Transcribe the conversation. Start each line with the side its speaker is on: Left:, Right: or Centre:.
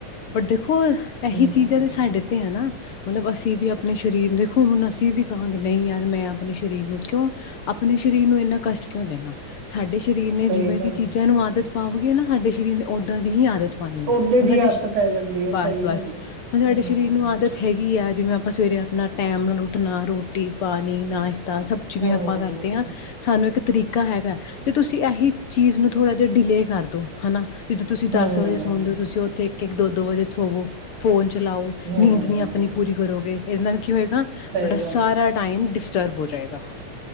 Left: ਪਰ ਦੇਖੋ ਦੇਖੋ ਇਹੀ
Right: ਹੂੰ,
Left: ਚੀਜ਼ਾਂ ਤੇ ਸਾਡੇ ਤੇ ਹੈ ਨਾ ਮਤਲਬ ਅਸੀਂ ਵੀ ਆਪਣੇ ਸਰੀਰ ਦੇਖੋ ਹੁਣ ਅਸੀਂ ਵੀ ਕਹਾਂਗੇ ਨਹੀਂ ਯਾਰ ਮੈਂ ਆਪਣੇ ਸਰੀਰ ਨੂੰ ਕਿਉਂ ਆਪਣੇ ਸਰੀਰ ਨੂੰ ਇੰਨਾ ਕਸ਼ਟ ਕਿਉਂ ਦੇਣਾ ਸਾਡੇ ਸਰੀਰ ਨੇ
Right: ਸਹੀ
Left: ਜਿਵੇਂ
Right: ਗੱਲ
Left: ਦੀ ਚੀਜ਼ਾਂ
Right: ਹੈ।
Left: ਨੂੰ ਆਦਤ ਪਾਵਗੇ ਨਾ ਸਾਡੇ ਸਰੀਰ ਨੇ ਓਦਾਂ ਦੀ ਹੀ ਆਦਤ ਪਾਣੀ
Right: ਓਦੇ
Left: ਹੁਣ
Right: ਦੀ
Left: ਸਾਡੇ
Right: ਆਦਤ ਪੈ ਜਾਂਦੀ ਹੈ
Left: ਬਸ
Right: ਸਹੀ
Left: ਬਸ
Right: ਗੱਲ ਹੈ।
Left: ਹੁਣ ਸਾਡੇ
Right: ਹੂੰ,
Left: ਸਰੀਰ ਨੂੰ ਆਦਤ ਹੈਗੀ ਆ ਜਿਵੇਂ ਆਪਾਂ ਸਵੇਰੇ ਆਪਣਾ ਟਾਈਮ ਨਾਲ ਉੱਠਣਾ ਰੋਟੀ ਪਾਣੀ ਨਾਸ਼ ਤਾਂ ਸਬ ਚੀਵੇ
Right: ਹੂੰ,
Left: ਆਪਾਂ ਕਰਦੇ ਹ ਸਾਨੂੰ ਇੱਕ ਤਰੀਕਾ ਹੈਗਾ ਤੇ ਤੁਸੀਂ ਇਹੀ ਚੀਜ਼ ਨੂੰ ਥੋੜ੍ਹਾ ਜਿਹਾ ਡਿਲੇ ਕਰਦੋ ਹਨਾ ਜਿੱਦੋਂ ਤੁਸੀਂ ਦਸ
Right: ਹੂੰ,
Left: ਵਜੇ ਸੁਣਦੇ ਹੋ ਤੁਸੀਂ ਉੱਥੇ ਇੱਕ ਦੋ ਦੋ ਵਜੇ ਸੋਵੋ ਫੋਨ ਚਲਾਓ
Right: ਹੂੰ।
Left: ਨੀਂਦ ਨਹੀਂ ਆਪਣੀ ਪੂਰੀ ਕਰੋਗੇ ਇਹਨ ਕੀ ਹੋਏਗਾ ਤੁਹਾਡਾ
Right: ਸਹੀ ਗੱਲ
Left: ਸਾਰਾ
Right: ਹੈ।
Left: ਟਾਈਮ ਡਿਸ ਬ ਹੋ ਜਾਏਗਾ